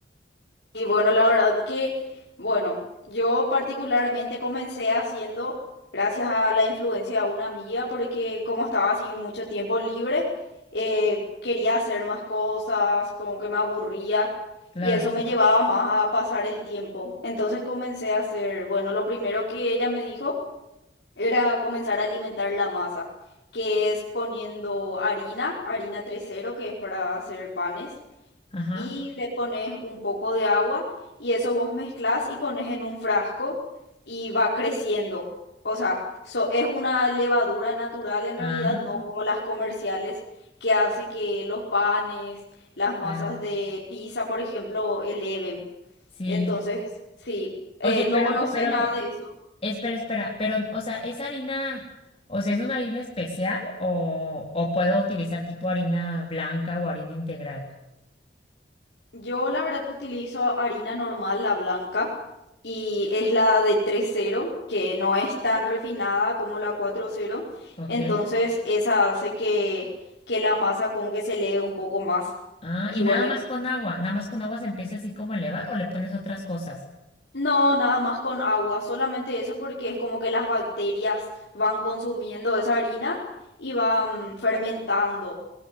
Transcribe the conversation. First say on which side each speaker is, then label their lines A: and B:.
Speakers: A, on the left; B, on the left.
A: Y bueno, la verdad que, bueno, yo particularmente comencé haciendo gracias a la influencia de una amiga, porque como estaba así mucho tiempo libre, eh, quería hacer más cosas, como que me aburría
B: Claro.
A: y eso me llevaba más a pasar el tiempo. Entonces comencé a hacer, bueno, lo primero que ella me dijo era comenzar a alimentar la masa, que es poniendo harina, harina tres cero, que es para hacer panes
B: Ajá.
A: y le pones un poco de agua y eso vos mezclas y pones en un frasco y va creciendo. O sea, so- es una levadura natural en realidad,
B: Ah,
A: no como las comerciales que hace que los panes, las masas
B: claro.
A: de pizza, por ejemplo, eleven.
B: Sí.
A: Entonces, sí, eh,
B: Oye,
A: no
B: pero,
A: conoces
B: pero,
A: nada de eso.
B: espera, espera, pero, o sea, ¿es harina, o sea, es una harina especial o, o puedo utilizar tipo harina blanca o harina integral?
A: Yo la verdad que utilizo harina normal, la blanca, y es la de tres cero que no es tan refinada como la cuatro cero,
B: Ok.
A: entonces esa hace que, que la masa como que se lee un poco más.
B: Ah,
A: Y
B: y
A: bueno,
B: nada más
A: y-
B: con agua, nada más con agua se empieza así como a elevar o le pones otras cosas.
A: no, nada más con agua, solamente eso porque es como que las bacterias van consumiendo esa harina y van fermentando.